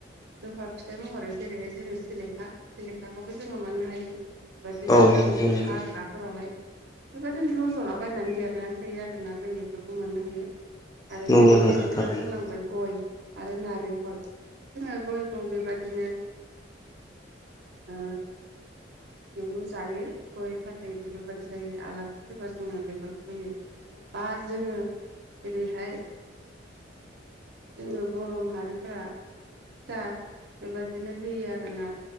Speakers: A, on the right; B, on the left.
A: गोखा फिथाइ महरै जेरैहाय जोङो सिलेखा सिलेखाखौबो जोङो मोननो हायो बदिनो
B: औ नंगौ
A: गामिनि
B: नोंथां
A: हाग्रा फोरावहाय बेबायदिनो रज'लाबायायनानै देरनानै थायो आरोना जों बेफोरखौ मोननो हायो आरो
B: नंगौ
A: जेरैहाय
B: नोंथां
A: नोंथाङा
B: थारैनो
A: बुंलांबाय गय आरो नारेंखल जोङो गयखौ बेबादिनो ओ नोंगौ जायो गय फाथै बेफोरबायदि जायो आलासि फैबा जोङो बेफोरखौ होयो। बा जोङो जेरैहाय जोङो बर' माहारिफोरा फुजा बेबायदिनो होयो आरोना